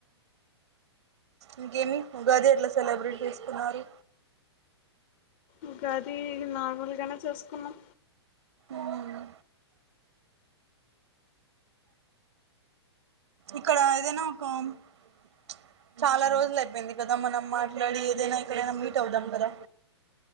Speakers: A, on the right; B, on the left.
A: ఇంకేమి ఉగాది ఎట్లా సెలబ్రేట్ చేసుకున్నారు
B: ఉగది నార్మల్ ఈడనే చేసుకున్నాం
A: ఊమ్ ఇక్కడ ఏదైనా ఒక ప్చ్ చాలా రోజులు అయిపోయింది కదా మనం మాట్లాడి ఏదైనా ఇక్కడైనా మీట్ అవుదాం గదా